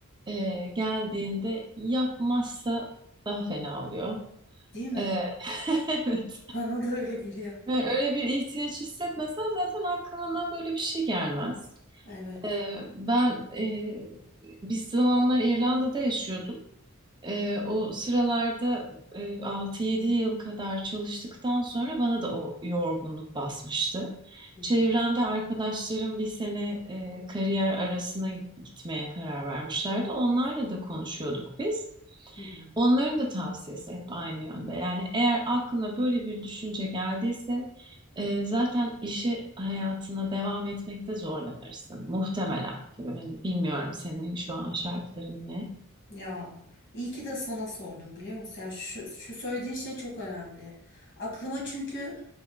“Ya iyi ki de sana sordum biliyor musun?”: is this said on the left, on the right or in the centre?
Left